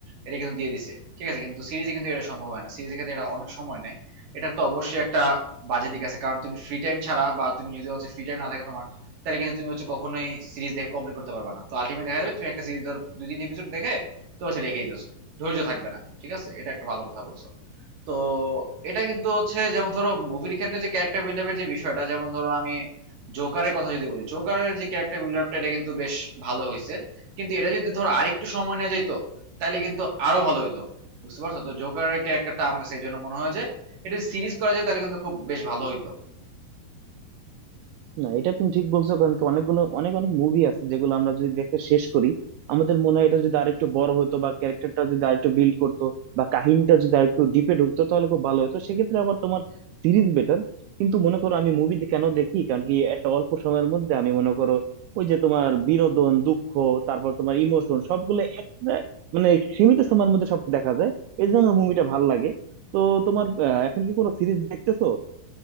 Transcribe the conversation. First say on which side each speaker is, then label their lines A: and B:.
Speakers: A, on the right (about 60°); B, on the right (about 80°).
A: এটা কিন্তু দিয়ে দিছে ঠিক আছে কিন্তু সিরিজে কিন্তু এটা সম্ভব হয় না সিরিজের ক্ষেত্রে এটা অনেক সময় নেয় এটার তো অবশ্যই একটা বাজে দিক আছে কারণ তুমি ফ্রি টাইম ছাড়া বা তুমি যদি হচ্ছে ফ্রি টাইম না থাকে তোমার তাহলে কিন্তু তুমি হচ্ছে কখনোই সিরিজ দেখে কমপ্লিট করতে পারবে না তো আলটিমেট দেখা যাবে তুমি একটা সিরিজ ধর দুই তিন এপিসোড দেখে তো হচ্ছে রেখেই দিছো ধৈর্য থাকবে না ঠিক আছে এটা একটা ভালো কথা বলছো তো এটা কিন্তু হচ্ছে যেমন ধরো মুভির ক্ষেত্রে যে ক্যারেক্টার বিল্ড আপের যে বিষয়টা যেমন ধরো আমি জোকারের কথা যদি বলি জোকারের যে ক্যারেক্টার বিল্ড আপটা এটা কিন্তু বেশ ভালো হয়েছে কিন্তু এটা যদি ধরো আরেকটু সময় নেওয়া যেত তাহলে কিন্তু আরো ভালো হইতো বুঝতে পারছো তো জোকারের ক্যারেক্টারটা আমার কাছে এই জন্য মনে হয় যে এটা সিরিজ করা যায় তাহলে কিন্তু খুব বেশ ভালো হইতো
B: না এটা তুমি ঠিক বলছো কারণ কি অনেকগুলো অনেক অনেক মুভি আছে যেগুলো আমরা যদি দেখে শেষ করি আমাদের মনে হয় এটা যদি আরেকটু বড় হতো বা ক্যারেক্টারটা যদি আরেকটু বিল্ড করতো বা কাহিনীটা যদি আরেকটু ডিপে ঢুকতো তাহলে খুব ভালো হতো সেক্ষেত্রে আবার তোমার সিরিজ বেটার কিন্তু মনে করো আমি মুভি কেন দেখি কারণ কি একটা অল্প সময়ের মধ্যে আমি মনে করো ওই যে তোমার বিনোদন দুঃখ তারপর তোমার ইমোশন সবগুলো একটা মানে সীমিত সময়ের মধ্যে সব দেখা যায় এই জন্য আমার মুভিটা ভালো লাগে তো তোমার আহ, এখন কি কোনো সিরিজ দেখতেছো